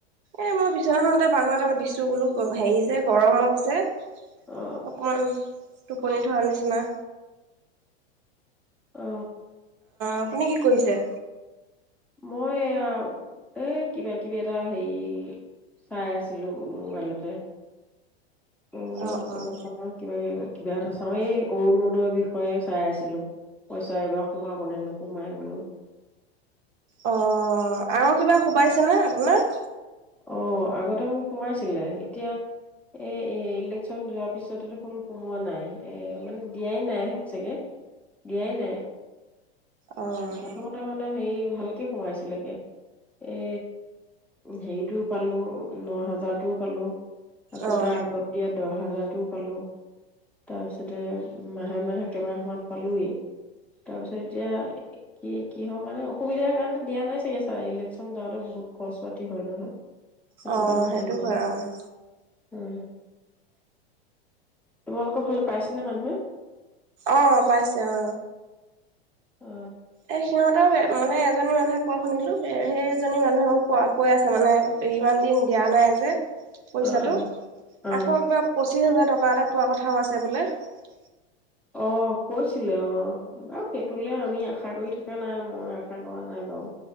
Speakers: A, on the right; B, in the centre.
A: এ মই বিচনাখনতে বঘৰ এটা দিছো বোলো হেৰি যে গৰমত যে অকমানমান
B: অ
A: টোপনি ধৰা নিচিনা
B: অ
A: আপুনি কি কৰিছে
B: মইয়া এ কিবা কিবি এটা হেৰি চাই আছিলো মোবাইলতে উল
A: অ', অ',
B: অলপ ফল হকিবাগে কিবা এটা চাওঁ এই অৰুণোদয়ৰ বিষয়ে চাই আছিলো পইচা এবাৰ সোমাব নে নোসোমাই বোলো
A: অ আৰু কিবা সোবাইছেনে আপোনাৰ
B: অ আগতে মোক সোমাইছিলে এতিয়া এই ইলেক্যন যোৱাৰ পিছত দেখোন সোমোৱা নাই এ মানে দিয়াই নাই চাগে দিয়াই নাই
A: অ',
B: প্ৰথমতে মানে হেৰি ভালকে সোমাইছিলেগে এ হেৰিটোও পালো ন হাজাৰটোও পালো আকৌ
A: অ',
B: তাৰ আগত দিয়া দহ হাজাৰ পালো তাৰপিছতে মাহে মাহে কমাহ মান পালোয়েই তাৰ পিছত এতিয়া কি কিহৰ কাৰণে অসুবিধাৰ কাৰণে দিয়া নাই চাগে ছাৰ ইলেক্যন যাওঁতে বহুত খৰচ পাতি হয় নহয় সেইটো
A: অ
B: কাৰণে
A: সেইটো
B: দিয়া নাই
A: হয় আৰু
B: উম তোমালোকৰ ভালে পাইছ নে মানুহে
A: আহ পাইছে অ
B: অ
A: এ সিহঁতৰ মানে এজনী মানুহে কোৱা শুনিলোঁ সেই সেই এজনী মানুহেও কোৱা কৈ আছে মানে ইমান দিন দিয়া নাই যে পইচাটো
B: অ অ অ
A: আকৌ কিবা পঁচিশ হাজাৰ <unintelligible>
B: অ কৈছিলে অ বাৰু সেইটোে আমি আশা কৰি থকা নাই মই আশা কৰা নাই বাৰু